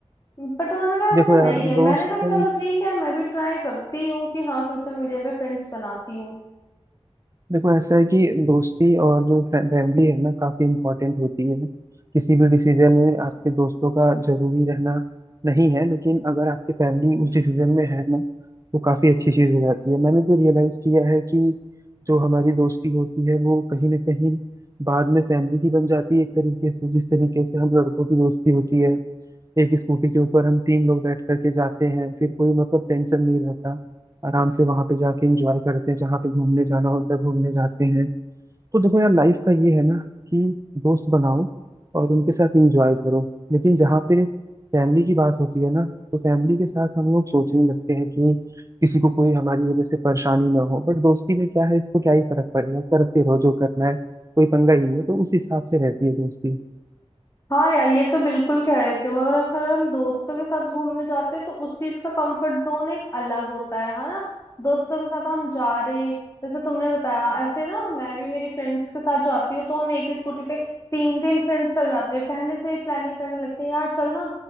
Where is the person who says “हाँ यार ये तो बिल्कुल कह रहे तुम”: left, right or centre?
Left